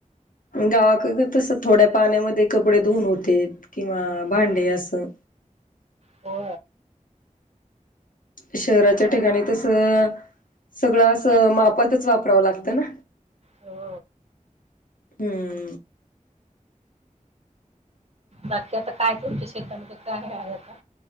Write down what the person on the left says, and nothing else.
गावाक तस थोड्या पाण्यामध्ये कपडे धुून होते किंवा भांडे असं
शहराच्या ठिकाणी तसं सगळं असं मापातच वापरावं लागतं ना
हम्म